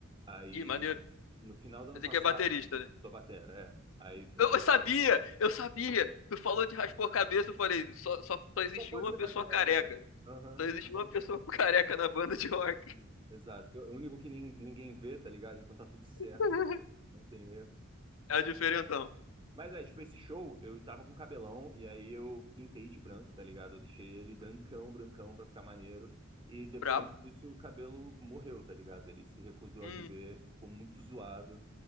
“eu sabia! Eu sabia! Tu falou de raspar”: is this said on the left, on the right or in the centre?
Left